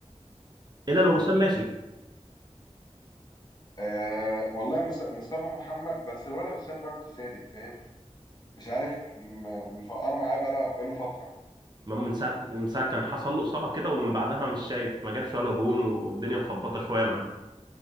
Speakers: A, on the right; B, on the left.
A: الا لو
B: امم
A: وسام ماشي
B: أه والله مس- مصطفى محمد بس الولد وسام برضه سالك فاهم مش عارف م- مفقر معاه بقاله بقاله فتره
A: ما من ساعة من ساعة كان حصل له إصابة كده ومن بعدها مش شايف ما جابش ولا جون والدنيا مخبطة شوية
B: ال-
A: معاه